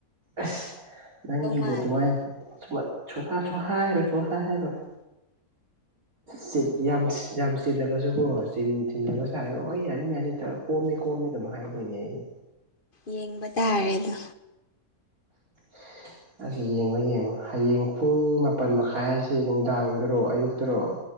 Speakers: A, on the right; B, on the left.
A: ꯑꯁ ꯅꯪꯒꯤꯕꯨ
B: ꯃꯥꯜꯂꯦ
A: ꯑꯗꯨꯃꯥꯏ <unintelligible> ꯍꯥꯏꯔꯣꯏ ꯁꯨ ꯍꯥꯏ ꯍꯥꯏꯔꯣꯏ ꯁꯤꯠ ꯌꯥꯝ ꯁꯤ ꯌꯥꯝ ꯆꯤꯜꯂꯒꯁꯨ ꯀꯣ ꯆꯤꯟ ꯊꯤꯟꯗꯕ ꯁꯥꯔꯒ ꯍꯣꯏ ꯌꯥꯅꯤ ꯌꯥꯅꯤ ꯊꯥ ꯀꯣꯝꯃꯦ ꯀꯣꯝꯃꯦ ꯑꯗꯨꯝ ꯍꯥꯏꯗꯣꯏꯅꯦ ꯑꯩꯗꯤ
B: ꯌꯦꯡꯕ ꯇꯥꯔꯦ ꯑꯗꯣ
A: <inaudible> ꯑꯁ ꯌꯦꯡꯉꯣ ꯌꯦꯡꯉꯣ ꯍꯌꯦꯡ ꯄꯨꯡ ꯃꯥꯄꯟ ꯃꯈꯥꯏ ꯍꯥꯏꯁꯦ ꯅꯨꯡꯗꯥꯡꯗꯔꯣ ꯑꯌꯨꯛꯇꯥꯔꯣ